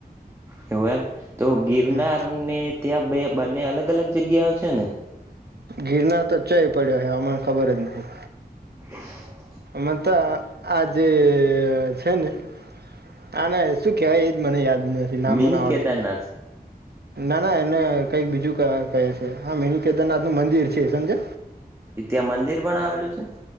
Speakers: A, on the right; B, on the right.
A: <inaudible> તો ગિરનારને
B: હમ
A: ત્યાં બે. બંને અલગ અલગ જગ્યાઓ છે ને.
B: ગિરના તો જ જય પડ્યો હ આમને ખબર જ નહી.
A: <inaudible>
B: મત. આ જેે છે ને. હા ના શું કેવાય. મને યાદ. નામ
A: મિની
B: મને આવડત
A: કેદારનાથ
B: ના ના એને. કઈક બીજું કહે છે હા મેની કેદારનાથ નું મંદિર છે સમજે.
A: ત્યાં મંદિર પણ આવેલું છે.